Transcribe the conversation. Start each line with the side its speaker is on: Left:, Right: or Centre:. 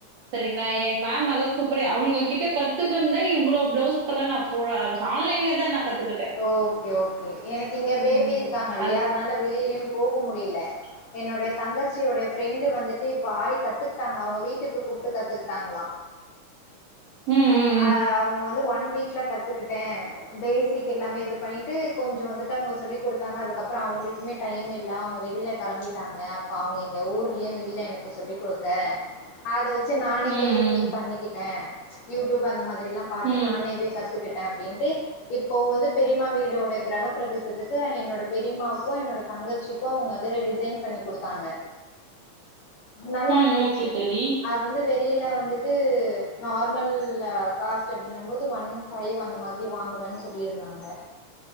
Right: சரிங்களா எங் மேம் நல்லா சூப் ப்ரே அவங்ககிட்ட கத்துக்குன்தா இவ்ளோ பிளவுஸ்க்கலா நா போட ஆரம்ச்சே ஆன்லைன்லயேதா நா கத்துக்கிட்டே
Left: ஓகே ஓகே எனக் கிங்க பேபி
Right: ம்
Left: இருக்காங்கல்லையா
Right: அது
Left: அதனால வெளியிலயு போகு முடில என்னுடைய தங்கச்சியுடைய ஃப்ரெண்டு வந்துட்டு இப்ப ஆரி கத்துக்கிட்டாங்க அவங்க வீட்டுக்கு கூப்ட்டு கத்துக்குட்டாங்ளா
Right: ம் ம்
Left: ஆ அவங்க வந்து ஒன் ஒன் வீக்ல கத்துக்கிட்டே பேசி க் எல்லாமே இது பண்ணிட்டு கொஞ்சோ வந்துட்டு அவங்க சொல்லி குடுத்தாங்க அதுக்கப்ற அவங்களுக்குமே டைம் இல்ல அவங்க வெளில கெளம்பிட்டாங்க அப்ப அவங்க இங்க ஊர்லயு இல்ல எனக்கு சொல்லி குடுக்க அத வச்ச சு நானே
Right: ம்
Left: கொஞ்ச ஃபில் பண்ணிக்கிட்டே யூ டூப் அந்த மாரி எல்லா பாத்து
Right: ம்
Left: நானேவே
Right: ம்
Left: கத்துக்கிட் டே அப்டின்ட்டு இப்ப இப்போ வந்து பெரியமா வீடோட கிரகப்பிரதேசத்துக்கு என்னோட பெரியமாவுக்கு என்னோட தங்கச்சிக்கு அவங்க வந்து டிசைன் பண்ணி குடுத்தாங்க நல்லாருந்துச்சு
Right: ம் ஓகே தோழி
Left: அது வந்து வெ கீழ வந்துட்டு நார்மல் காஸ்ட் அப்டினம்போது ஒன் ஃபைவ் அந்த மாதிரி வாங்குவே சொல்லிருந்தாங்க